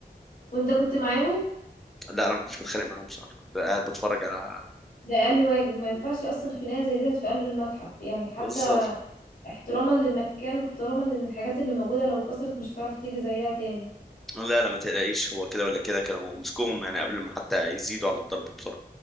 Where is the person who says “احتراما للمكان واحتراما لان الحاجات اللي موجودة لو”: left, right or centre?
Left